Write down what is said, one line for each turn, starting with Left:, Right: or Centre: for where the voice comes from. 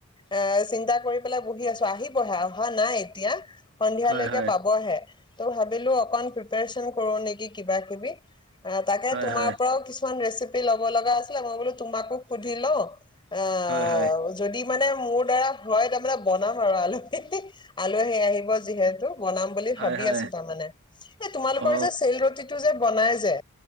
Left: এ চিন্তা কৰি পেলাই বহি আছো আহিবহে অহা নাই এতিয়া। সন্ধিয়ালৈকে
Right: হয় হয়
Left: পাব। ত' ভাবিলো অক প্ৰিপন কৰো নেকি কিবা কিবি। অ', তাকে
Right: হয়
Left: তোমাৰ
Right: হয়
Left: পৰাও কিছুমান ৰেচিপি পিছত ল'ব লগা আছিলে বোলো তোমাকো শুধি লওঁ। আ,
Right: হয় হয়
Left: যদি মানে মোৰ দাৰা হয় তাৰমানানে বনাম আৰু আলু খে আলু আহে আহিব যিহেতু। বনাম বুলি
Right: হয়
Left: ভাবি
Right: হয়
Left: আছো তাৰ মানে এ তোমালোকৰ
Right: অ
Left: যে চেল টিটো যে বনাই যে।